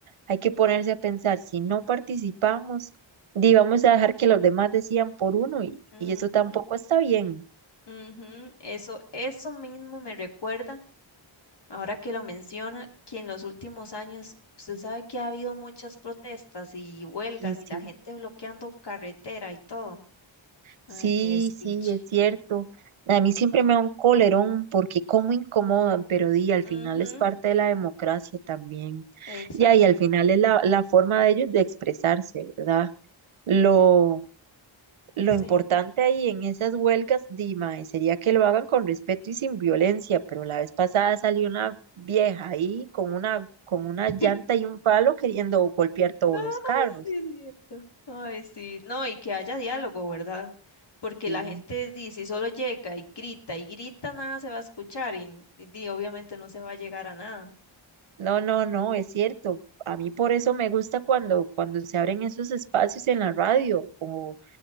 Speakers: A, on the right; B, on the left.
A: hay que ponerse a pensar, si no participamos, di, vamos a dejar que los demás decían por uno y,
B: Ujú,
A: y eso tampoco está bien.
B: ujú, Eso, eso mismo me recuerda. Ahora que lo menciona, que en los últimos años usted sabe que ha habido muchas protestas y huelgas
A: Y
B: y
A: sí.
B: la gente bloqueando carretera y todo. Ay,
A: Sí,
B: qué despiche.
A: sí, es cierto. A mí siempre me da un colerón porque cómo incomodan, pero di, al
B: Ujú,
A: final es parte de la democracia también.
B: exacto.
A: Ya, y al final es la, la forma de ellos de expresarse, ¿verdad? Lo, lo
B: Sí.
A: importante ahí en esas huelgas, Dima, sería que lo hagan con respeto y sin violencia, pero la vez pasada salió una vieja ahí con una, con una
B: <laughs>
A: llanta y un palo queriendo golpear todos
B: Ay,
A: los carros.
B: sí, es cierto. Ay, sí. No, y que haya diálogo, ¿verdad? Porque
A: Sí.
B: la gente dice, si solo llega y grita y grita, nada se va a escuchar y, y di, obviamente no se va a llegar a nada.
A: No, no, no, es cierto. A mí por eso me gusta cuando, cuando se abren esos espacios en la radio o,